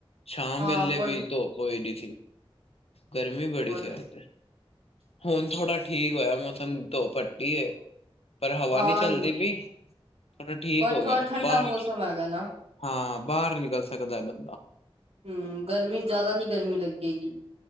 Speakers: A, on the left (about 85°); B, on the right (about 85°).
A: ਸ਼ਾਮ
B: ਹਾਂ
A: ਵੇਲੇ
B: ਬੜੀ
A: ਵੀ ਧੁੱਪ ਹੋਦੀ ਸੀ। ਗਰਮੀ ਬੜੀ
B: ਹੋਰ
A: ਸੀ ਅੱਜ ਤੇ, ਹੁਣ ਥੋੜਾ ਠੀਕ ਹੋਇਆ ਮੌਸਮ। ਧੂਪ ਹਟੀ ਹੈ, ਪਰ ਹਵਾ
B: ਹਾਂ
A: ਨਹੀ ਚੱਲਦੀ ਪੀ। ਡਾ ਠੀਕ
B: ਪਰ
A: ਹੋ
B: ਥੋੜਾ
A: ਗਿਆ
B: ਠੰਡਾ
A: ਬਾਹਰ
B: ਮੌਸਮ ਹੈਗਾ ਨਾ।
A: ਹਾਂ ਬਾਹਰ ਨਿਕਲ ਸਕਦਾ ਬੰਦਾ
B: ਹਮ, ਗਰਮੀ ਜ਼ਿਆਦਾ ਨੀ ਗਰਮੀ ਲੱਗੇਗੀ।